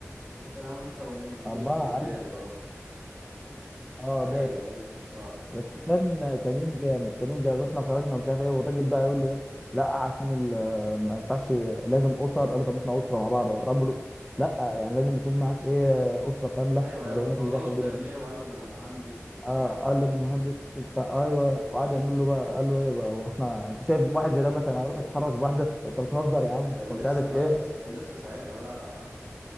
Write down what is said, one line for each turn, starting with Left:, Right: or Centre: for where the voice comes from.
Right: كنت انا وانت ومين ويوسف
Centre: اربعه
Right: وبجاد
Centre: الف
Right: اه
Centre: اه
Right: ايوه
Centre: بس
Right: ايوه صح
Centre: بس كان كان يوم جامد كان يوم جامد واحنا خرجنا مش عارف ايه والراجل بقى يقول له ايه لا عشان ال- ما ينفعش لازم اسر قال له طب ما احنا اسره مع بعض اهو رب له لا يعني لازم يكون معاك ايه اسره كامله
Right: ايوه ايوه
Centre: زي
Right: ما
Centre: الناس
Right: طلع
Centre: اللي داخله
Right: له الكارنيه
Centre: دي
Right: وقال له ده انا مهندس وبتاع
Centre: آه قال له انا مهندس وبتاع ايوه وقعد يعمل له بقى قال له ايه بقى هو احنا انت شايف واحد زي ده مثلا هيروح يتحرش بواحده انت بتهزر
Right: يا
Centre: يا عم
Right: كان
Centre: ومش
Right: لسه
Centre: عارف
Right: بقى
Centre: ايه
Right: بس كان لسه ساعتها بقى